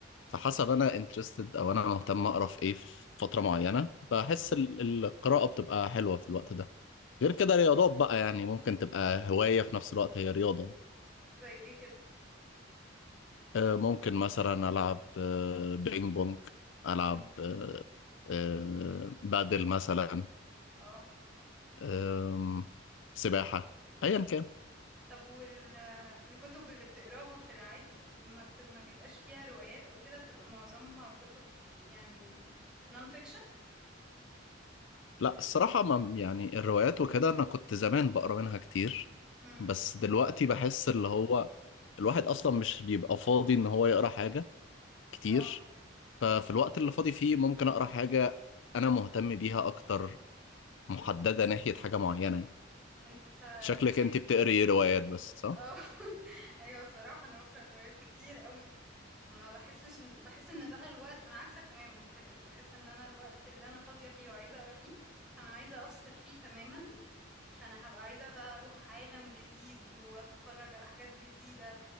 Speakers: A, on the left; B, in the centre.
A: فحسب أنا انترستد أو أنا مهتم أقرأ في إيه في فترة معينة بحس ال- القراءة بتبقى حلوة في الوقت ده غير كده
B: بس
A: رياضات بقى يعني ممكن تبقى هواية في نفس الوقت هي رياضة يعني.
B: زي ايه كده؟
A: آه، ممكن مثلا ألعب آه، بينج بونج ألعب
B: امم
A: آه، آه، بادل مثلا
B: اه
A: آم، سباحة أيا كان
B: طب وال الكتب اللي بتقراها في العادي ما بت... ما بيبقاش فيها روايات او كده بتبقى معظمها كتب يعني نون فيكشن
A: لا الصراحة ما يعني الروايات وكده أنا كنت زمان بقرا منها كتير
B: امم
A: بس دلوقتي بحس اللي هو الواحد أصلا مش بيبقى فاضي إن هو يقرا حاجة كتير
B: اه
A: ففي الوقت اللي فاضي فيه ممكن أقرا حاجة أنا مهتم بيها أكتر محددة ناحية حاجة معينة
B: انت فانت
A: شكلك
B: شايف
A: أنت بتقري إيه روايات بس صح؟
B: اه <laughs> ايوه بصراحة انا بقرا روايات كتير قوي ما بحسش ان بحس ان بقى الوقت انا عكسك تماما في الحتة دي بحس ان انا الوقت اللي انا فاضية فيه وعايزة اقرا فيه فانا عايزة افصل فيه تماما فانا هبقى عايزة بقى اروح عالم جديد واتفرج على حاجات جديدة